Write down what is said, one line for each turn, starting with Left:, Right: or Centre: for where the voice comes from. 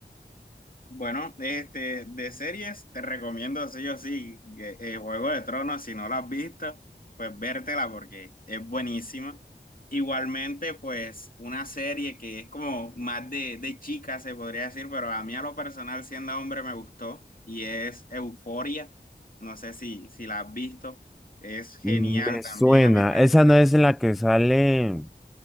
Left: Bueno, este, de series te recomiendo sí o sí que, eh, Juego de Tronos, si no la has visto, pues vértela porque es buenísima. Igualmente, pues una serie que es como más de, de chica, se podría decir, pero a mí a lo personal, siendo hombre, me gustó y es Euforia. No sé si, si la has visto, es genial
Centre: Me
Left: también
Centre: suena.
Left: a mi parecer.
Centre: Esa no es en la que sale